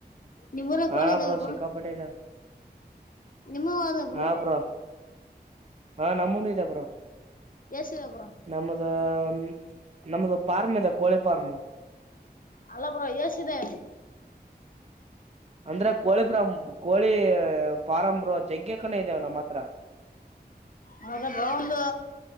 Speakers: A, on the left (about 55°); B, on the right (about 40°).
A: ನಿಮ್ಮೂರಲ್ಲಿ
B: ಹ
A: ಕೋಳಿ ಇದಾವ
B: ಬ್ರೋ ಸಿಕ್ಕಾಪಟೆ ಇದ
A: ನಿಮ್ಮವು ಅದಾವ ಬ್ರೋ
B: ಆ ಬ್ರ ಹಾ ನಮ್ಮನು ಇದ ಬ್ರೋ
A: ಎಷ್ಟಿವೆ ಬ್ರೋ
B: ನಮ್ಮ್ದ ಒಂದ. ನಮದು ಫಾರ್ಮ್ ಇಲ್ಲ ಕೋಳಿ ಫಾರಮು.
A: ಅಲ್ಲ ಬ್ರ ಎಸಿದೆ.
B: ಅಂದ್ರ ಕೋಳಿ ಪ್ರ ಕೋಳಿ ಪ್ರಾರಂಭ ಜಜಗ್ಗೆ ಕನ ಇದೇವ ನಮ್ಮ್ ಹತ್ರ.
A: ಮದ ಬ ಒಂದು